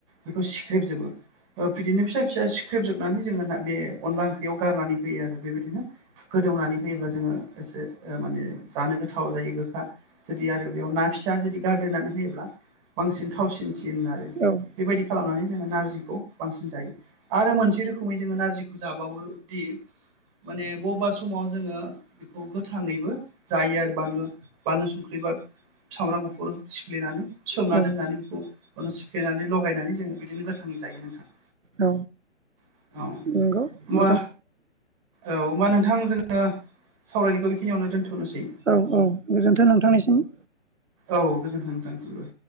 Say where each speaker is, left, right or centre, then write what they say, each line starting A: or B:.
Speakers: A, on the right; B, on the right.
A: बिखौ सिख्रेब जोबो बिदिनो फिसा-फिसा सिख्रेबजोबनानै जोङो बे अनला ओंख्रियाव गारनानै होयो आरो बेबायदिनो गोदौनानै होयोबा जोङो एसे माने जानो गोथाव जायो गोखा। जुदि आरो बेयाव ना फिसा जुदि गारदेरनानै होयोब्ला बांसिन थावसिनसिन आरो।
B: औ
A: बेबायदि खालामनानै जोङो नारजिखौ बांसिन जायो। आरो मोनसे रोखोमै जोङो नारजिखौ जाबावोदि माने बबेबा समाव जोङो बेखौ गोथाङैबो जायो आरो बानलु बानलु संख्रि बा सामब्राम गुफुर सिफ्लेनानै। सोमना
B: औ
A: दोननानै बेखौ <unintelligible> सिफ्लेनानै ल'गायनानै जोङो बिदिनो गोथाङै जायो नोंथां।
B: औ
A: औ
B: नंगौ
A: होमबा
B: <inaudible>
A: औ होनबा नोंथां जोङो सावरायनायखौ बेखिनियावनो दोन्थ'नोसै।
B: औ औ गोजोन्थों नोंथांनिसिम।
A: औ गोजोन्थों नोंथांनिसिमबो।